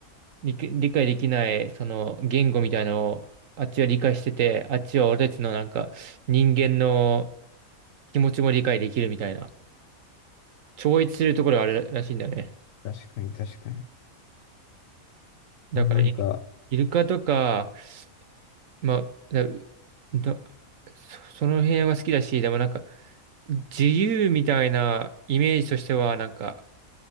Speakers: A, on the right (about 70°); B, on the left (about 70°).
A: 理、理解できないその言語みたいなのをあっちは理解してて、あっちは俺たちのなんか人間の気持ちも理解できるみたいな、超越するところがあるらしいんだよね。
B: 確かに確かに。
A: だから、
B: まあ、なんか、
A: イイルカとか、まあ、だ、だそその辺は好きだし、でもなんか、自由みたいなイメージとしては、なんか、